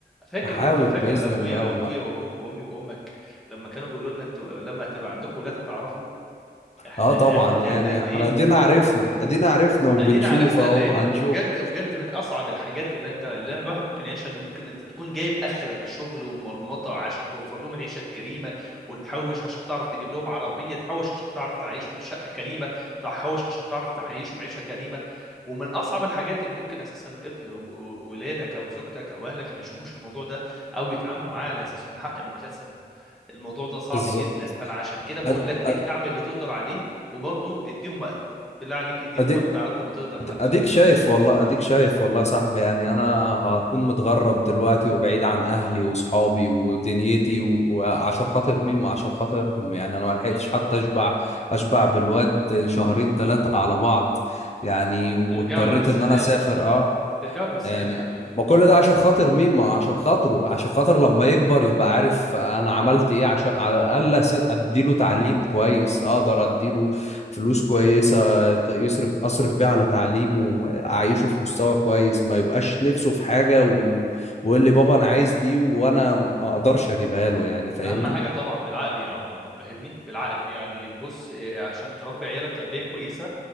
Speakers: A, in the centre; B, on the left.
A: فاكر
B: هحاول
A: فاكر
B: باذن
A: ابويا
B: الله والله
A: ابويا وابوك وامي وامك لما كانوا بيقولوا لنا انتوا لما هتبقى عندكم ولاد هتعرفوا احنا
B: اه طبعا
A: احنا تعبنا
B: يعني
A: قد
B: احنا
A: ايه
B: ادينا عرفنا ادينا عرفنا وبنشوف
A: ادينا عرفنا
B: اهو
A: لان
B: هنشوف
A: وبجد بجد من اصعب الحاجات اللي انت اللي الواحد ممكن يعيشها ان ممكن انت تكون جايب اخرك شغل ومرمطه عشان توفر لهم العيشه الكريمه وتحوش عشان تعرف تجيب لهم عربيه تحوش عشان تعرف تعيشهم في شقه كريمه تحوش عشان تعرف تعيشهم عيشه كريمه ومن اصعب الحاجات ان ممكن اساسا ابن و- و- ولادك او زوجتك او اهلك ما يشوفوش الموضوع ده او يتعاملوا معاه على اساس انه حق مكتسب الموضوع ده صعب
B: بالظبط
A: جدا فانا عشان كده بقول
B: أد-
A: لك انت
B: أد-
A: اعمل اللي تقدر عليه وبرضه اديهم وقت بالله عليك اديهم
B: اديك
A: وقت على قد ما تقدر ما
B: أد- اديك
A: ما-
B: شايف والله اديك شايف والله يا صاحبي يعني انا هكون متغرب دلوقتي وبعيد عن اهلي وصحابي ودنيتي و- وعشان خاطر مين ما عشان خاطرهم يعني انا ما لحقتش
A: بالظبط
B: حتى اشبع اشبع بالواد شهرين ثلاثة على بعض يعني واضطريت
A: ترجع له بالسلامة
B: ان انا اسافر اه
A: ترجع له بالسلامة
B: يعني
A: يا حبيبي
B: ما كل ده عشان خاطر مين ما عشان خاطره عشان خاطر لما يكبر يبقى عارف انا عملت ايه عشان على الاقل أس- اديله تعليم كويس اقدر اديله فلوس كويسة ت- يصرف اصرف بيها على تعليمه واعيشه في مستوى كويس ما يبقاش نفسه في حاجة و... ويقول لي بابا انا عايز دي وانا ما اقدرش اجيبها له يعني فاهمني
A: أهم حاجة طبعا بالعقل يا عبد الله فاهمني بالعقل يعني بص إيه، عشان تربي عيالك تربية كويسة